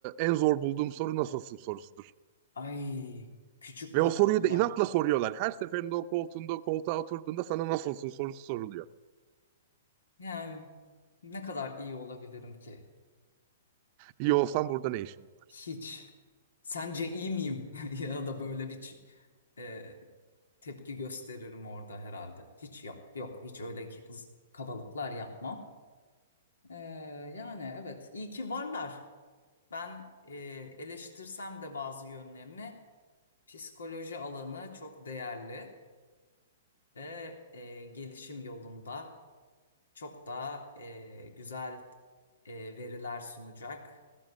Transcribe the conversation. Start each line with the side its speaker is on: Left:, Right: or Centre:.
Right: en zor bulduğum soru nasılsın sorusudur.
Left: Ay küçük
Right: Ve
Left: konuşmalar.
Right: o soruyu da inatla soruyorlar. Her seferinde o koltuğunda, o koltuğa oturduğunda sana nasılsın sorusu soruluyor.
Left: Yani ne kadar iyi olabilirim ki?
Right: İyi olsan burada ne işin var?
Left: Hiç. Sence iyi miyim? <laughs> Ya da böyle bir ç- e, tepki gösteririm orada herhalde. Hiç yok, yok hiç öyle ki kız- kabalıklar yapmam. Ee, yani evet iyi ki varlar. Ben e, eleştirsem de bazı yönlerini psikoloji alanı çok değerli ve e, gelişim yolunda çok daha e, güzel e, veriler sunacak.